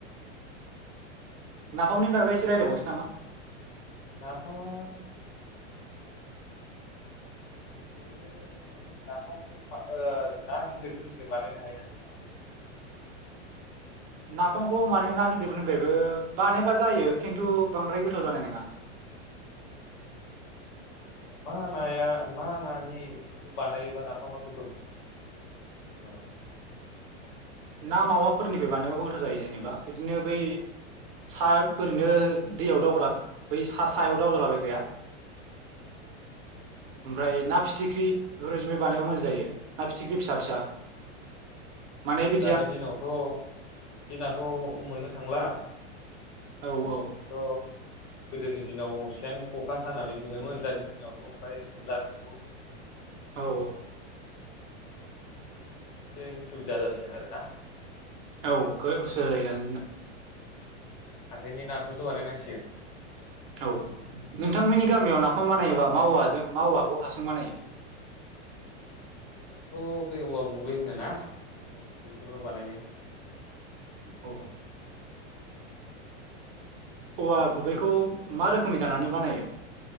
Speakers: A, on the right; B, on the left.
A: नाफामनि बागै इसे रायलायबावनोसै नामा
B: नाफाम आ ओरैनो नाफामखौ ओ ना गिदिरफोरनिफ्राय बानायनो हायो ना हाया <inaudible>
A: नाफामखौ माने ना गिदिरफोरनिफ्रायबो बानायोबा जायो खिन्थु बांद्राय गोथाव जानाय नङा
B: जेनेबा मा नाया मा नानिखौ बानायोबा नाफामा गोथावसिन जायो। मिथिगौ नामा?
A: ना मावाफोरनिफ्राय बानायबाबो गोथाव जायो जेनेबा बिदिनो बै सा ओरैनो दैयाव दावग्रा बै सा सायाव दावग्राला बायग्राया
B: <inaudible>
A: ओमफ्राय ना फिथिख्रि बेफोर बायदिबो बानायबा मोजां जायो ना फिथिख्रि फिसा फिसा माने बि
B: दानि दिनावथ' दिनाथ' मोननो थांला
A: औ औ
B: दाथ' गोदोनि दिनाव सेन खखा सानानै मोनोमोन दानि दिनावथ' फ्राय मोनला बिखौ
A: औ औ
B: एसे उसुबिदा जासिगोन आरोना
A: औ खोब असुबिदा जायो दानि दिनाव
B: हाथाइनि नाखौसो बानायनांसिगोन
A: औ नोंथांमोननि गामियाव नाफाम बानायोबा मा औवाजों मा औवाखौ हासुं बानायो
B: <inaudible> जोंनियावथ' बे औवा गुबै होनोना बे औवा गुबैखौनो बानायो
A: अ औवा गुबैखौ मा रोखोमनि दाननानै बानायो?